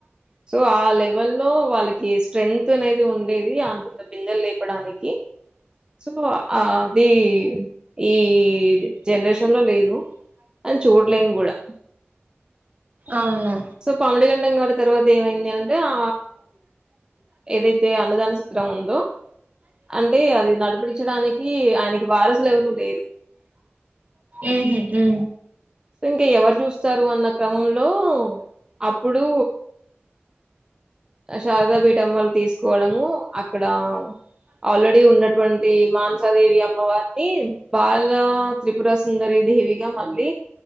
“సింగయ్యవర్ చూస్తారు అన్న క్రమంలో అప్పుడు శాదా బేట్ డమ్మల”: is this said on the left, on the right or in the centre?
Right